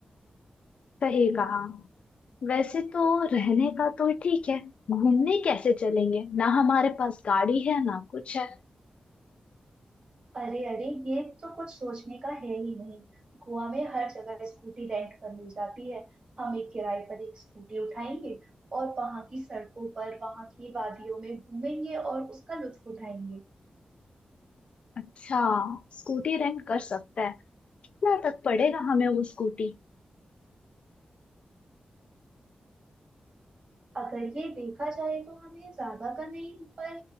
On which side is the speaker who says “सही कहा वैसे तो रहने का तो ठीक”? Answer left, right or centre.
Left